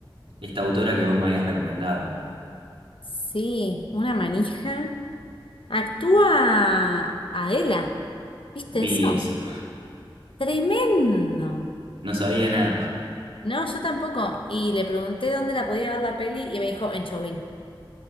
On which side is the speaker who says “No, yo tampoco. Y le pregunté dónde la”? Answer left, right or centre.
Left